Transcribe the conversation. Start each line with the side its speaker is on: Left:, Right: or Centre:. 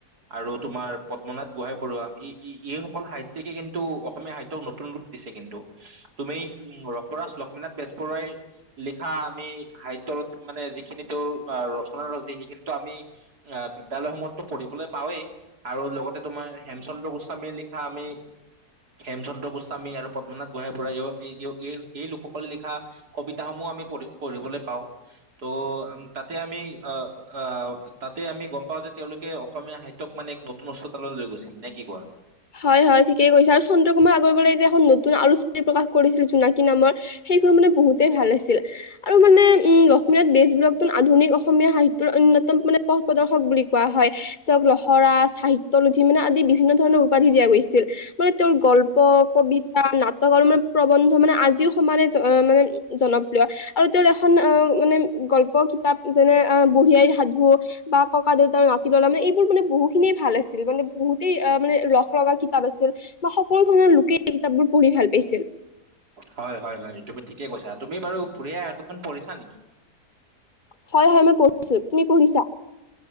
Right: আৰু তোমাৰ পদ্মনাথ গোহাঁই বৰুৱা এই, এই এইসকল সাহিত্যিকে কিন্তু অসমীয়া সাহিত্যক ন তুন ৰূপ দিছে কিন্তু। তুমি উমঁ' ৰসৰাজ লক্ষ্মীনাথ বেজবৰুৱাই লিখা আমি সাহিত্যত মানে যিখিনি তেওঁৰ ৰচনাৰজি সেইখিনিতো আমি আহ' বিদ্যালয়সমূতো পঢ়িবলৈ পাওঁৱেই আৰু লগতে তোমাৰ হেমচন্দ্ৰ গোস্বামীৰ লিখা আমি হেম চন্দ্ৰ গোস্বামী আৰু পদ্মনাথ গোহাঁই বৰুৱাইও এই লোকসকলে লিখা কবিতাসমূহ আমি পঢ়ি পঢ়িবলৈ পাওঁ, ত' তাতে আমি অ', অ' তাতে আমি গম পাওঁ যে তেওঁলো কে অসমীয়া সাহিত্যক মানে এক নতুন উচ্চতালৈ লৈ গৈছিল। নে কি কোৱা?
Left: হয়-হয়, ঠিকেই কৈছা আৰু চন্দ্ৰ কুমাৰ আগৰৱালাই যে এখন নতুন আলোচনী প্ৰকাশ কৰিছিল জোনাকী নামৰ সেইখন মানে বহুতেই ভাল আছিল। আৰু মানে উমঁ' লক্ষ্মীনাথ বেজবৰুৱাকতো আধুনিক অসমীয়া সাহিত্যৰ অন্যতম মানে পথ প্ৰদৰ্শক বুলি কোৱা হয়। তেওঁক ৰসৰাজ, সাহিত্যৰথী মানে আদি বিভিন্ন ধৰণৰ উপাধি দিয়া গৈছিল। মানে তেওঁৰ গল্প কবিতা নাটক আৰু মানে প্ৰবন্ধ মানে আজিও সমানে মানে জনপ্ৰিয় আৰু তেওঁৰ এখন অ' মানে গল্প কিতাপ যেনে অ' বুঢ়ী আইৰ সাধু বা ককা দেউতাৰ নাতি ল'ৰা মানে এইবোৰ মানে বহুখিনিয়ে ভাল আছিল মানে বহুতেই আহ' মানে ৰস লগা কিতাপ আছিল বা সকলো ধৰণৰ লোকে এই কিতাপ বোৰ পঢ়ি ভাল পাইছিল।
Right: হয় হয় হয়, তুমি ঠিকে কৈছা। তুমি বাৰু বুঢ়ী আইৰ সাধুখন পঢ়িছা নেকি?
Left: হয় হয়, মই পঢ়িছোঁ, তুমি পঢ়িছা?